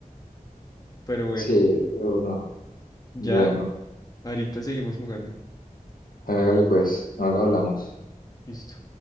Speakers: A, on the left (about 25°); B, on the left (about 80°).
A: Pero bueno,
B: Sí, pero no.
A: ya,
B: Bueno,
A: ahorita seguimos jugando.
B: hágale pues, ahora hablamos.
A: Listo.